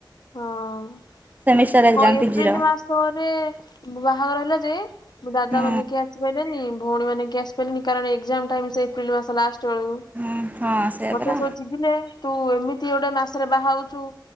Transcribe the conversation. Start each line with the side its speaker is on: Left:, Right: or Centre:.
Left: ହଁ
Right: ସେମିଷ୍ଟାର ଏକ୍ଜାମ
Left: ହଁ ଏପ୍ରିଲ୍
Right: ପିଜିର
Left: ମାସରେ ବାହାଘର ହେଲା ଯେ ମୋ ଦାଦା
Right: ହୁଁ
Left: ମାନେ କିଏ ଆସିପାରିଲେନି ଭଉଣୀ ମାନେ କିଏ ଆସିପାରିଲେନି କାରଣ ଏକ୍ଜାମ ଟାଇମ୍ ସେ ଏପ୍ରିଲ୍ ମାସ ଲାଷ୍ଟ ବେଳକୁ।
Right: ହୁଁ। ହଁ ସେଇଆ
Left: ମତେ
Right: ପରା
Left: ସବୁ ଚିଡିଲେ ତୁ ଏମିତି ଗୋଟେ ମାସରେ ବାହାହଉଛୁ